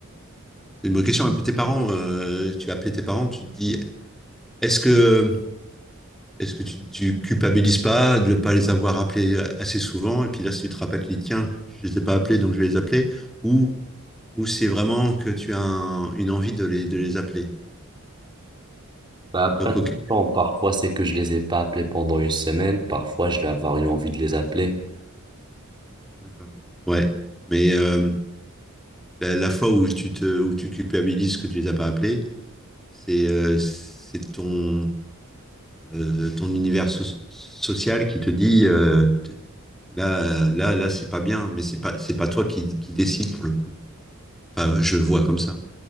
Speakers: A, in the centre; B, on the right.
A: c'est une bonne question. Un peu tes parents, euh, tu as appelé tes parents, tu te dis, est-ce que est-ce que tu, tu culpabilises pas de ne pas les avoir appelés assez souvent? Et puis là, si tu te rappelles, tu dis, tiens, je les ai pas appelés, donc je vais les appeler. Ou ou c'est vraiment que tu as un- une envie de les de les appeler.
B: Bah après,
A: Donc, ok,
B: ça dépend. Parfois, c'est que je les ai pas appelés pendant une semaine. Parfois, je vais avoir une envie de les appeler.
A: d'accord. Ouais, mais euh, la, la fois où tu te où tu culpabilises que tu les as pas appelés, c'est euh, c'est ton euh, ton univers so- social qui te dit euh, t- là, là, là, c'est pas bien, mais c'est pas, c'est pas toi qui, qui décide pour le coup. Enfin, je le vois comme ça.